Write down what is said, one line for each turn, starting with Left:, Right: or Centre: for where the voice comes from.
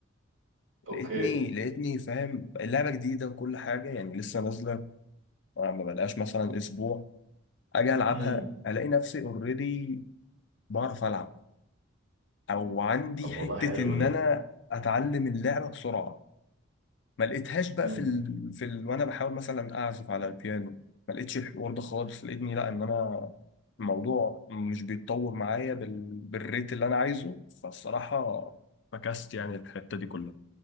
Right: اوكي
Left: لقيتني لقيتني فاهم اللعبة جديدة وكل حاجة يعني لسه نازلة ما ما بقالهاش مثلا أسبوع أجي ألعبها
Right: مم.
Left: ألاقي نفسي أوريدي بعرف ألعب أو عندي
Right: طب والله
Left: حتة
Right: حلو
Left: إن
Right: ده
Left: أنا أتعلم اللعبة بسرعة ما لقيتهاش بقى
Right: مم.
Left: في ال... في ال... وأنا بحاول مثلا أعزف على البيانو ما لقيتش الحوار ده خالص لقيتني لا إن أنا الموضوع مش بيتطور معايا بال... بالريت اللي أنا عايزه فالصراحة فكست يعني الحتة دي كلها